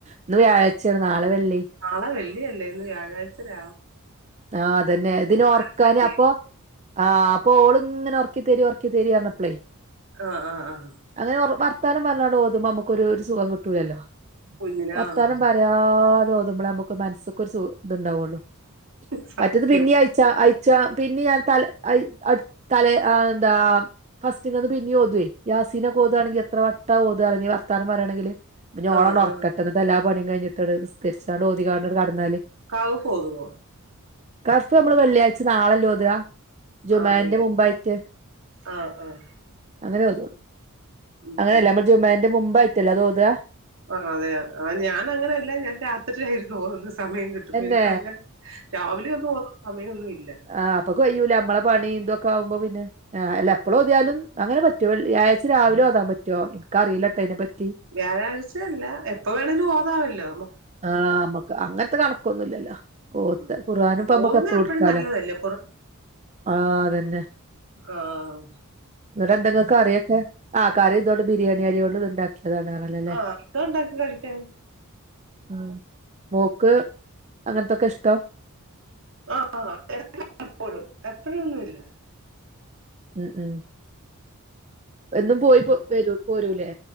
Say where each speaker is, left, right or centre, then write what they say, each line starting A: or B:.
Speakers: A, on the right; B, on the right.
A: ഇന്ന് വ്യാഴ്ചയാണ് നാളെ വെള്ളി
B: നാളെ വെള്ളിയല്ലേ ഇന്ന് വ്യാഴാഴ്ച രാവും
A: ആഹ് അതന്നെ ഇതിനോർക്കാന്
B: പോകാനും പറ്റി
A: അപ്പൊ ആഹ് അപ്പൊ ഓള് ഇങ്ങനെ ഉറക്കി തരി ഉറക്കി തരിപറഞ്ഞപ്പളേ
B: ആഹ്ആഹ്ആഹ്
A: അങ്ങനെ വർത്താനം പറഞ്ഞാ ഓതുമ്പോ നമുക്കരു ഒരു സുഖം കിട്ടില്ലല്ലോ
B: കുഞ്ഞിന്
A: വർത്താനം
B: ആഹ്
A: പറ ത ഓതുമ്പോളെ നമുക്ക് മനസ്ക്ക്‌ ഒരു ഇത്ണ്ടാവുള്
B: സത്യം
A: മറ്റത് പിന്ന ച്ച അയച്ച പിന്നെ ഞാൻ തല അ തല എന്താ ഫസ്റ്റ് ഇങ്ങന്ന് പിന്നെ ഓതുവേ യാസിനെ ഓതുവാണെങ്കിൽ എത്ര വട്ട ഓതണെ ഇങ്ങനെ വർത്താനം പറയാണെങ്കില് ഇ ഓള
B: ആഹ്
A: ഉറക്കട്ട
B: ആഹ്
A: എന്നിട്ട് എല്ലാ പണിയും കഴിഞ്ഞിട്ട് നിസ്കരിച്ച് ഓതിയിങ്ങാണ്ട്കിടന്നാല്
B: കഹ്‌ഫ് ഓതുവോ?
A: കഹ്ഫ് നമ്മൾ വെള്ളിയാഴ്ച നാളയല്ലേ ഓതുകാ ജുമാന്റെ
B: ആന്നല്ലേ
A: മുമ്പായിട്ട്
B: ആഹ് ആഹ്
A: അങ്ങനെ ഓ തൊഅങ്ങനെയല്ലേ
B: ഉം
A: നമ്മൾ ജുമാന്റെ മുമ്പായിയിട്ടല്ല അതോതുക
B: ആ അതെ ആ ഞാനങ്ങനെല്ല ഞാൻ രാത്രിയിലാ ഇരുന്നു ഓതുന്നുന്നത് സമയം കിട്ട സംബഹിക്ക്
A: ഏഹ്
B: അങ്ങനെ രാവിലെ ഒന്നും ഓതാൻ സമയമൊന്നും ഇല്ല
A: ആഹ് അപ്പൊ കയ്യുല്ല നമ്മളെ പണി എന്തൊക്കെ ആവ്മ്പോ പിന്നെ അല്ല എപ്പളും ഓതിയാലും അങ്ങനെ പ വെള്ളിയാഴ്ച രാവിലെ ഓതാൻ പറ്റുമോ എനിക്കറിയില്ല ട്ടോ ഇതിനെപ്പറ്റി
B: വ്യാഴാഴ്ചയല്ല എപ്പ വേണമെങ്കിലും ഓതാമല്ലോ
A: ആഹ നമ്മക്ക് അങ്ങനത്തെ കണക്കൊ- ന്നുല്ലാല ഓത്ഖുർആന്
B: ഉം.
A: പ്പ നമ്മക്ക്
B: ഓതുന്നെ
A: എപ്പളു
B: എപ്പഴും
A: എടുക്കാലോ
B: നല്ലതല്ലേ
A: ആ ഹ്അതന്നെ
B: ആഹ്
A: ഇന്നട്ട ന്താങ്ങ് ക്ക്കറിക്കെആഹ കറി ഇതുകൊണ്ട് ബിരിയാണി അരി കൊണ്ട് ഇത്ണ്ടാക്കിയതാണ് പറഞ്ഞല്ലോല്ലേ
B: ആഹ് അത് ഉണ്ടാക്കി <unintelligible>
A: ആ മോക്ക് അങ്ങനത്തൊക്കെ ഇഷ്ടം
B: ആഹ്ആ എപ്പോഴും എപ്പഴ ഒന്നുമല്ല
A: ഉംഉ എന്നും പോയി വരൂ പോരൂലേ